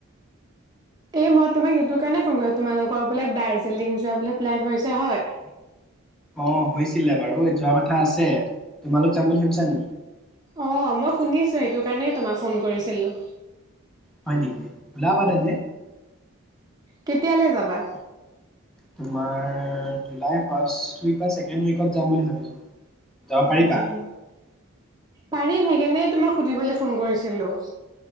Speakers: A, on the right; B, in the centre.
A: এই মই তোমাক এইেটো কাৰণে ফোন কৰিলো তোমালোকৰ বোলে দাৰ্জিলিং যোৱা বোলে প্লেন হৈছে হয়?
B: অ হৈছিলে বাৰু যোৱা কথা আছে তোমালোক যাম বুলি ভাবিছা নেকি?
A: অ মই শুনিছো সেইটো কাৰণেই তোমাক ফোন কৰিছিলো।
B: হয় নেকি ওলাবা তেন্তে
A: কেতিয়ালে যাবা?
B: তোমাৰ জুলাই ফাৰ্ষ্ট উইক বা চেকেণ্ড উইকত যাম বুলি ভাবিছো। যাব
A: উম
B: পাৰিবা
A: পাৰিম সেইকাৰণে তোমাক সুধিবলে ফোন কৰিছিলো।